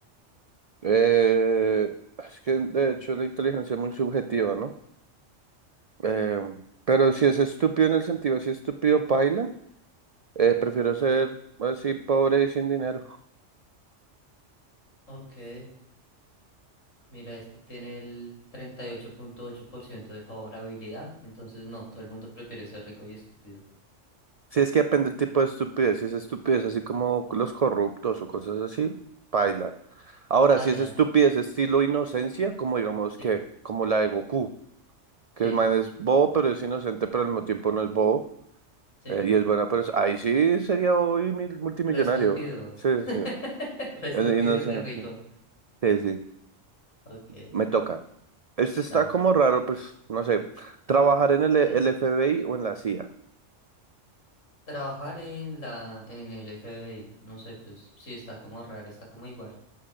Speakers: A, on the right (about 65°); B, on the left (about 80°).
A: Eh, es que de hecho la inteligencia es muy subjetiva, ¿no? Eh, pero si es estúpido en el sentido, si es estúpido, paila, eh, prefiero ser así pobre y sin dinero.
B: Ok. Mira, esto tiene el treinta y ocho ocho punto ocho por ciento de favorabilidad, entonces no, todo el mundo prefiere ser rico y estúpido.
A: Si es que depende del tipo de estupidez, si es estupidez así como los corruptos o cosas así, paila. Ahora,
B: Ah,
A: si
B: ya,
A: es estupidez estilo inocencia, como digamos
B: sí,
A: que, como la de Goku, que
B: sí,
A: es man es bobo, pero es inocente, pero al mismo tiempo no es bobo,
B: sí,
A: eh, y es buena persona, ahí sí sería hoy mil- multimillonario.
B: re estúpido,
A: Sí,
B: <laughs>
A: sí.
B: re estúpido
A: Es inocente,
B: y re rico.
A: sí. Sí, sí.
B: Ok,
A: Me toca. Este está
B: dale.
A: como raro, pues, no sé. Trabajar en
B: <clears throat>
A: el, el FBI o en la CIA.
B: Trabajar en la, en el FBI, no sé, pues sí, está como raro, está como igual.